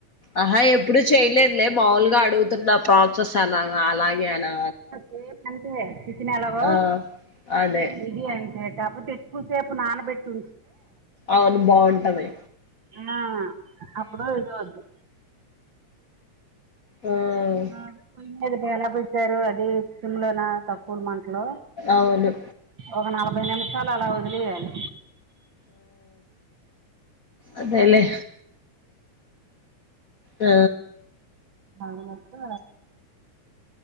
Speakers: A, on the left; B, on the right.
A: ఆహా ఎప్పుడు చేయలేదులే మాములుగా అడుగుతున్న ప్రాసెస్ అలా అలాగే అలా
B: సే అంత సితినలాగ
A: ఆ అదే
B: దది అంత కాప తెచ్చుకుసేపు నానబెట్టుు
A: అవును బాగుంటాంది
B: ఆ అప్పుడు ఇద అదు
A: ఆ
B: అ ప మీద ఎలా పోచ్చారు అదిమ్ లోనా తక్కువడు మంట అట్లో
A: అవును
B: ఒక నలభై నిమిషాలు అలా వదిలియాలి
A: అదేలేే ఆ
B: అప్పు